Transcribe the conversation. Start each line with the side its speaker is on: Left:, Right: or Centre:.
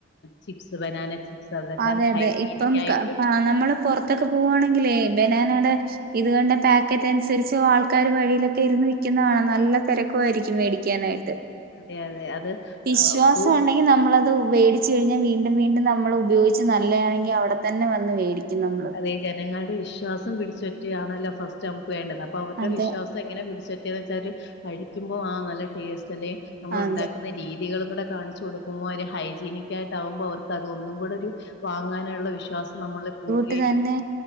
Left: ചിപ്സ് ബനാന ചിപ്സ് അതൊക്കെ
Right: അതെ അതെ
Left: ഹൈജീനക്
Right: ഇപ്പം
Left: ആയിട്ട്
Right: ക പ നമ്മള് പൊറത്തൊക്കെ പോവാണെങ്കിലെ ബനാനയുടെ <unintelligible> ഇത്കണ്ട് പാക്കറ്റ് അനുസരിച്ച് ആൾക്കാര് വഴിയിലൊക്കെ ഇരുന്ന് വിക്കുന്നത് കാണാം നല്ല തെരക്കായിരിക്കും മേടിക്കാനായിട്ട്
Left: അതെ അതെ അത്
Right: വിശ്വാസണ്ടഗീ
Left: പോൾ
Right: ങ്‌ നമ്മളത് വേടിച്ച് കഴിഞ്ഞാൽ വീണ്ടും വീണ്ടും നമ്മൾ ഉപയോഗിച്ച് നല്ലതയാണെങ്കിൽ അവിടെ തന്നെ വന്ന് വേടിക്കും നമ്മള്
Left: അതേ ജനങ്ങളുടെ വിശ്വാസം പിടിച്ചൊറ്റിയാണല്ലോ ഫസ്റ്റ് നമുക്ക് വേണ്ടത് അപ്പൊ അവരുടെ
Right: അതെ
Left: വിശ്വാസം നി എങ്ങനെ പിടിച്ചട്ടെന്ന് വെച്ചാല് കഴിക്കുമ്പോ ആ നല്ല ടേസ്റ്റ് അല്ലെ നമ്മൾ
Right: അതെ
Left: ഉണ്ടക്ക രീതികളും കൂടെ കാണിച്ചു കൊടുക്കുമ്പോൾ ഹൈജീനിക്കായിട്ട് ആകുമ്പോൾ അവർക്ക് അതൊന്നുകൂടെ ഒരു വാങ്ങാനുള്ള വിശ്വാസം നമ്മളെ കൂട്ടു
Right: ട്ടും തന്നെ്